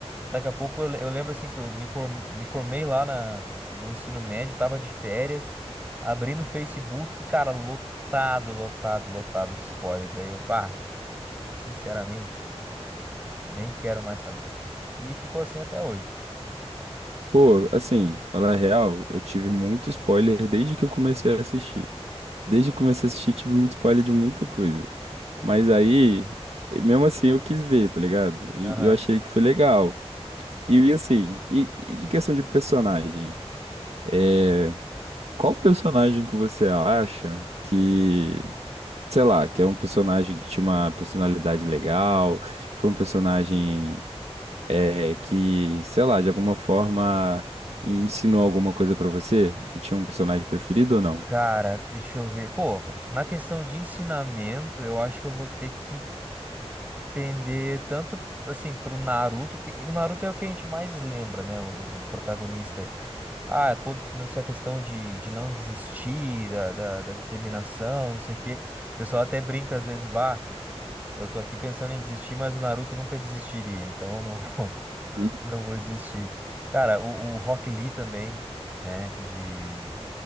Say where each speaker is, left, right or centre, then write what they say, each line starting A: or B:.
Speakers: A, on the right (about 15°); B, on the right (about 70°).
A: Daqui a pouco eu, le- eu lembro, assim, que eu me, for- me formei lá na- no ensino médio, tava de férias, abrindo o Facebook, cara, lotado, lotado, lotado de spoiler. Daí eu, bah, sinceramente. Nem quero mais saber. E ficou assim até hoje.
B: Pô, assim, falar a real, eu tive muito spoiler desde que eu comecei a assistir. Desde que eu comecei a assistir, tive muito spoiler de muita coisa. Mas aí, e mesmo assim, eu quis ver, tá ligado? E
A: Aham.
B: e eu achei que foi legal. E assim, e, e de questão de personagem? eh, Qual personagem que você acha que, sei lá, que é um personagem que tinha uma personalidade legal, foi um personagem é, que, sei lá, de alguma forma ensinou alguma coisa pra você? Você tinha um personagem preferido ou não?
A: Cara, deixa eu ver. Pô, na questão de ensinamento, eu acho que eu vou ter que pender tanto assim pro Naruto, que o Naruto é o que a gente mais lembra, né? O, o protagonista. Ah, pô, nessa questão de, de não desistir, da, da, da determinação, não sei o quê. O pessoal até brinca às vezes, bah. Eu tô aqui pensando em desistir, mas o Naruto nunca desistiria, então eu não vou, <laughs>
B: Hum.
A: não vou desistir. Cara, o, o Rock Lee também, né? De,